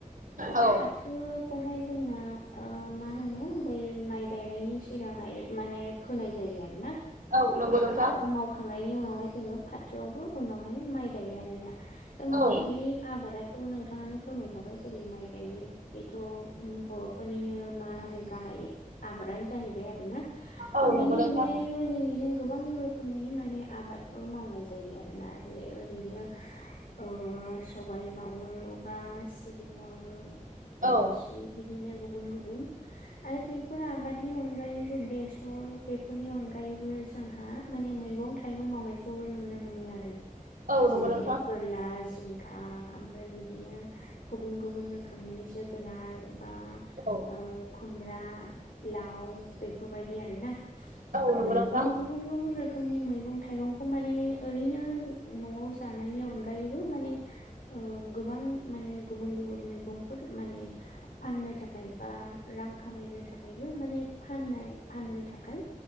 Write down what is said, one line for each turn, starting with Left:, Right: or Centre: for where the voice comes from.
Left: थ'
Right: औ
Left: फाथोखौहाय जोंना ओ मा होनो बै माइ गायनायनि सिगांहाय माने फोनाय जायो आरो ना।
Right: औ नंगौ
Left: थ'
Right: नोंथां
Left: फाथो मावखांनायनि उनावहाय जोङो फाथोआवबो उनावहाय माइ गायो आरोना। <unintelligible>
Right: औ
Left: बे आबादाथ' नोंथाङानो फोरमाय खाबाय जेरै माइ गायो बेथ' बर' फोरनिनो मा होनो गाहाय आबादानो जाहैबाय आरोना।
Right: औ
Left: थ' बिनि
Right: नंगौ नोंथां
Left: अनगायैबो जोंनिजों गोबां रोखोमनि माने आबाद खौ मावनाय जायो आरोना बेे ओरैनो ओ सबाय मावो बा सिबिं मावो देम
Right: औ
Left: बिदिनो गुबुन गुबुन आरो बेफोर आबादनि अनगायैबो बेसर बेफोरनि अनगायैबो जोंहा माने मैगं मैगं थाइगं मावनायखौबो नुनो मोनो आरो
Right: औ
Left: जेरैहाय
Right: नंगौ नोंथां
Left: फोरला जिंखा ओमफ्राय बिदिनो गुबुन गुबुन रोखोमनि जोगोनार बा
Right: औ
Left: ओ खुमब्रा लाव बेफोरबायदि आरो ना
Right: औ नंगौ
Left: दा बेनिखौ
Right: नोंथां
Left: गुबुन गुबुन रोखोमनि मैगं थाइगंखौ माने ओरैनो न'आव जानायनि अनगायैबो माने गोबां माने गुबुन गुबुन मैगंफोर माने फाननो था खाय बा रां खामायनो थाखायबो माने फाननाय फाननो था खाय